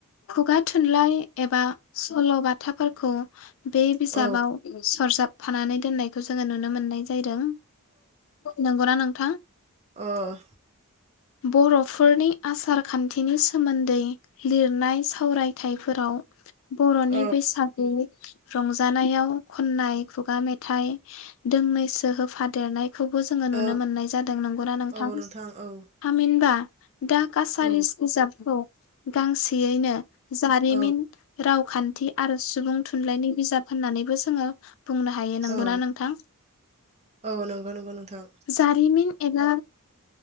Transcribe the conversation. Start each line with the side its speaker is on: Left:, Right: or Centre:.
Left: खुगा थुन्लाइ एबा सल' बा थाफोरखौ बे बिजाबाव
Right: ओ औ ओ
Left: सरजाबफानानै दोननायखौ जोङो नुनो मोननाय जायदों नोंगौ ना नों थां
Right: औ
Left: बर'फोरनि आसारखान्थिनि सोमोन्दै लिरनाय सावरायथाइफोराव बर'नि
Right: औ
Left: बैसागु रंजानायाव खननाय खुगा मेथाइ दोंनैसो होफादेरनाय खौबो जोङो
Right: औ
Left: नुनो मोननाय जादों नोंगौना नोंथां?
Right: औ औ
Left: थामहिनबा दा कासारिस
Right: औ
Left: बिजाबखौ गांसेयैनो जारिमिन
Right: औ
Left: रावखान्थि आरो सुबुं थुनलाइनि बिजाब होननानैबो जोङो बुंनो हायो नंगौना
Right: औ,
Left: नोंथां?
Right: औ नोंगौ नोंगौ नोंथां।
Left: जारिमिन एबा